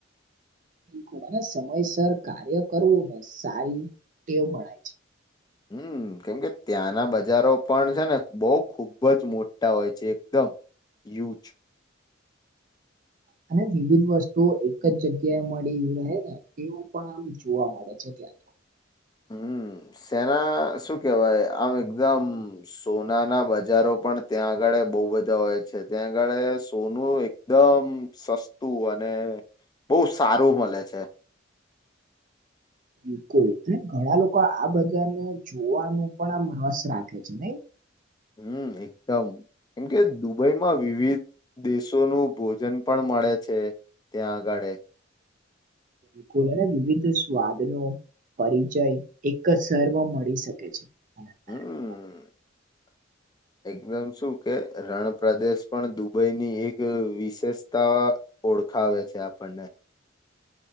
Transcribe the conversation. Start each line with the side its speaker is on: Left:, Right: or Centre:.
Right: બીલકુલ અને સમયસર કાર્ય કરવું ને સારી ટેવ ગણાય છે.
Left: હમ કેમ કે ત્યાંના બજારો પણ છે ને બોવ ખુબજ મોટા હોય છે એકદમ યૂજ <inaudible>
Right: અને વિવિધ વસ્તુઓ એક જ જગ્યાએ મળી રહે ને તેવુ પણ આમ જોવા મળે છે ત્યાં તો
Left: <inaudible> હમ સેના શું કેવાય આમ એકદમ સોનાના બજારો પણ ત્યાં આગળ બોવ બધા હોય છે ત્યાં આગળે સોનું એકદમ સસ્તું અને બોવ સારું મળે છે.
Right: બિલકુલ ઘણા લોકો આ બજારને જોવાનું પણ આમ રસ રાખે છે નય
Left: હમ એકદમ કેમકે દુબઈમાં વિવિધ દેશોનું ભોજન પણ મળે છે. ત્યાં આગાડે
Right: બિલકુલ અને વિવિધ સ્વાદનો પરિચય એક જ શહેરમાં મળી શકે છે આના કારણે
Left: હમ <inaudible> એકદમ શું કે રણ પ્રદેશ પણ દુબઈની એક વિશેષતા ઓળખાવે છે આપણને